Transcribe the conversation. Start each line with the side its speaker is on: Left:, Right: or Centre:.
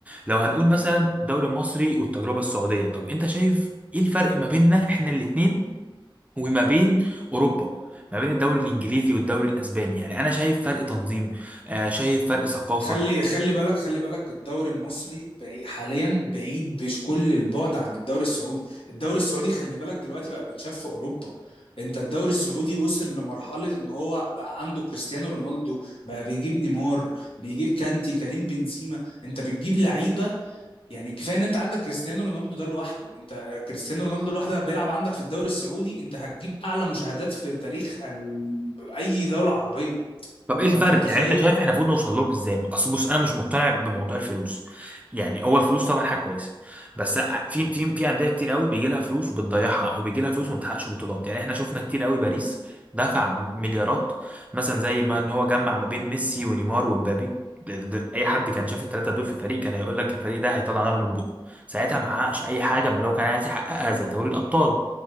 Right: لو هنقول مثلا الدوري المصري والتجربه السعوديه طب انت شايف ايه الفرق ما بيننا احنا الاثنين وما بين اوروبا ما بين الدوري الانجليزي والدوري الاسباني يعني انا شايف فرق تنظيم آه، شايف فرق ثقافه
Left: خلي خلي بالك خلي بالك الدوري المصري بعيد حاليا بعيد بكل البعد عن الدوري السعودي الدوري السعودي خلي بالك دلوقتي بقى بيتشاف في اوروبا انت الدوري السعودي وصل لمرحلة ان هو بقى عنده كريستيانو رونالدو بقى بيجيب نيمار بيجيب كانتي كريم بنزيما انت بتجيب لعيبة يعني كفاية ان انت عندك كريستيانو رونالدو ده لوحده انت كريستيانو رونالدو لوحده بيلعب عندك في الدوري السعودي انت هتجيب اعلى مشاهدات في تاريخ ال- اي دولة عربية
Right: طب ايه الفرق
Left: فانت متخيل
Right: يعني انت شايف احنا المفروض نوصل لهم ازاي اصل بص انا مش مقتنع بموضوع الفلوس يعني اول فلوس طبعا حاجه كويسه بس في في في انديه كتير قوي بيجي لها فلوس وبتضيعها او بيجي لها فلوس وما بتحققش بطولات يعني احنا شفنا كتير قوي باريس دفع مليارات مثلا زي ما ان هو جمع ما بين ميسي ونيمار ومبابي ده- ده- ده اي حد كان شاف الثلاثه دول في الفريق كان هيقول لك الفريق ده هيطلع نار من بقه ساعتها ما حققش اي حاجه من اللي هو كان عايز يحققها زي دوري الابطال